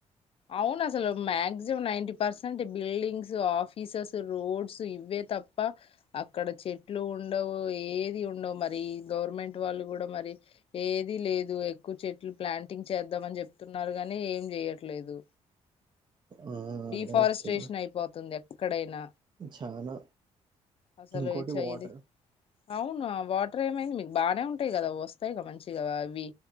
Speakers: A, on the left (about 45°); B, on the right (about 35°).
A: అవును అస్లు maximum ninety percent buildings offices roads ఇవే తప్ప అక్కడ చెట్లు ఉండవు ఏదీ ఉండవు మరి గవర్నమెంట్ వాళ్ళు కూడా మరి ఏదీ లేదు ఎక్కువ చెట్లు ప్లాంటింగ్ చేద్దాం అని చెప్తున్నారు కానీ ఏం చేయ ట్లేదు
B: ఆ
A: డీఫారెస్ట్రేషన్
B: అదే వచ్చింది
A: అయిపోతుంది ఎక్కడైనా
B: చానా
A: అసలు
B: ఇంకోటి
A: ఈ చైది
B: వాటర్
A: అవును ఆ వాటర్ ఏమైంది మీకు బానే టాయి కదా అవి వస్తాయిగా మంచి టి గదా అవ్వి